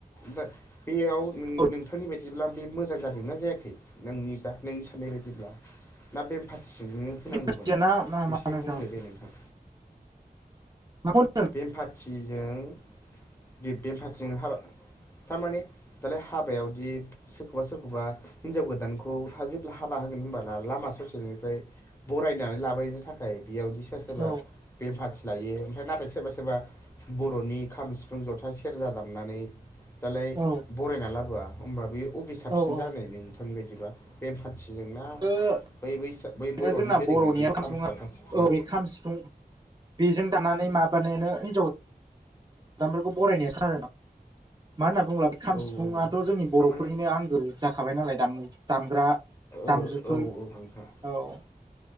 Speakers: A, on the left; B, on the right.
A: दा बेयाव नों
B: औ
A: नोंथांनि बायदिब्ला बे मोजां जादोंना जायाखै नोंनि दा नोंनि साननाय बायदिब्ला ना बेम पार्थि सिजोंनोनो होनांगौमोन
B: मिथियाना मा
A: बेसे
B: मा नोंथां
A: बुंदो दे नोंथां
B: माखौ होनदों
A: बेमफारटिजों ग बेमफारथिजों हाब थारमाने दालाय हाबायावदि सोरखौबा सोरखौबा हिनजाव गोदानखौ हा जेब्ला हाबा होगोन होनब लामा ससेनिफ्राय बरायनानै लाबायनो नि थाखाय बेयावदि सोरब सोरबा
B: औ
A: बेमफारथि लायो ओमफ्राय नाथाय सोर सोरबा सोरबा बर'नि खाम सिफुं जथा सेरजा दामनानै दालाय
B: औ
A: बरायना लाबोआ होमबा बे बबे साबसिन
B: औ औ
A: जाय नोंथांनि बायदिबा बेन पार्टिजोंना
B: ओरैनो
A: ब बै बर'नि
B: जोंना
A: दोरोङारि
B: बर'निया
A: खाम
B: सिफुङा
A: <unintelligible> साफा ससिनाव
B: औ बे खाम सिफुं बेजों दानानै मा मान हिनजावामफोरखौ बरायनाय सान आरो <unintelligible> मा होनना बुङोब्ला खाम
A: औ
B: सिफुाथ' जोंनि बर'फोरनिनो
A: थारमाने
B: आंगो जाखाबाय नालाय दाम दामग्रा दामजुफोर
A: ओ औ औ नोंथां
B: औ